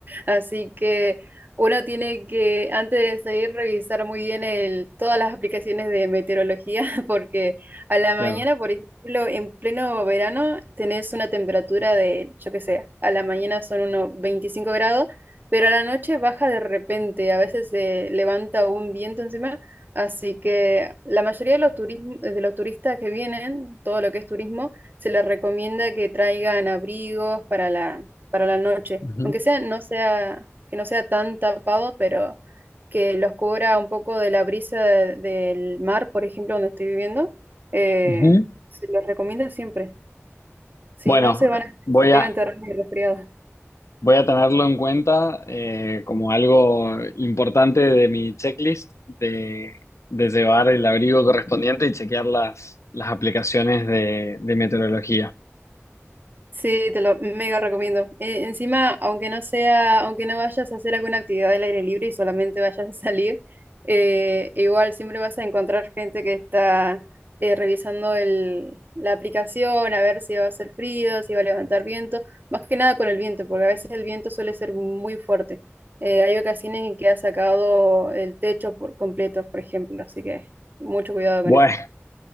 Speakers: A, on the right; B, on the left.
A: Así que uno tiene que, antes de salir, revisar muy bien el, todas las aplicaciones de meteorología, <laughs> porque a la mañana,
B: Claro.
A: por ejemplo, en pleno verano, tenés una temperatura de, yo qué sé, a la mañana son unos 25 grados, pero a la noche baja de repente, a veces se levanta un viento encima. Así que la mayoría de los turismo- de los turistas que vienen, todo lo que es turismo, se les recomienda que traigan abrigos para la, para la noche,
B: Ujú,
A: aunque sea, no sea, que no sea tan tapado, pero que los cubra un poco de la brisa de- del mar, por ejemplo, donde estoy viviendo, eh,
B: ujú.
A: se los recomiendo siempre. Si
B: Bueno,
A: no se van, a-
B: voy
A: se pegan
B: a,
A: terrenos de resfriado.
B: Voy a tenerlo en cuenta eh, como algo importante de mi checklist de, de llevar el abrigo correspondiente y chequear las, las aplicaciones de, de meteorología.
A: Sí, te lo mega recomiendo. Eh, encima, aunque no sea, aunque no vayas a hacer alguna actividad al aire libre y solamente vayas a salir, eh, igual siempre vas a encontrar gente que está eh, revisando el, la aplicación a ver si va a hacer frío, si va a levantar viento, más que nada con el viento, porque a veces el viento suele ser muy fuerte. Eh, hay ocasiones en que ha sacado el techo por completo, por ejemplo, así que mucho cuidado
B: Bueno,
A: con eso.